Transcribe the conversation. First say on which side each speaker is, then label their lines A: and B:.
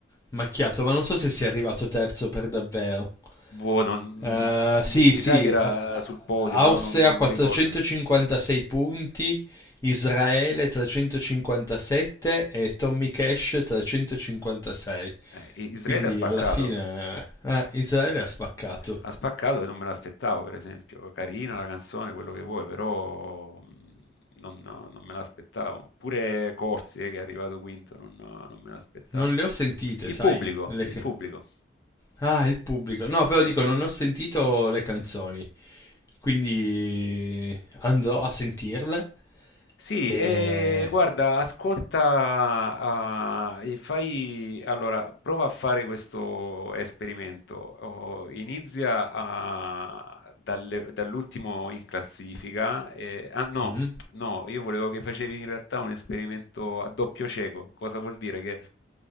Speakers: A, on the left; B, on the left.
A: macchiato, ma non so se sia arrivato terzo per davvero.
B: Boh, non- mm,
A: Eh, sì,
B: mi, mi
A: sì,
B: sa che era
A: eh,
B: sul podio,
A: Austria
B: però non non
A: 456
B: mi ricordo.
A: punti, Israele 357 e Tommy Cash 356.
B: Eh, I- Israele
A: Quindi
B: ha spaccato,
A: alla fine eh, Israele ha spaccato.
B: ha spaccato e non me l'aspettavo, per esempio. Carina la canzone, quello che vuoi, però mh, non, no, non me l'aspettavo. Pure Corsi, eh, che è arrivato quinto, non, no, non me l'aspettavo.
A: Non le ho sentite,
B: Il
A: sai?
B: pubblico,
A: le
B: il
A: ca-
B: pubblico,
A: Ah, il pubblico. No, però
B: sì.
A: dico, non ho sentito le canzoni. Quindi andrò a sentirle.
B: Sì,
A: E...
B: e guarda, ascolta, ah, e fai, allora, prova a fare questo esperimento. Oh, inizia a- dalle- dall'ultimo in classifica, e- ah no,
A: Mm,
B: No, io volevo che facevi in realtà un esperimento a doppio cieco. Cosa vuol dire? Che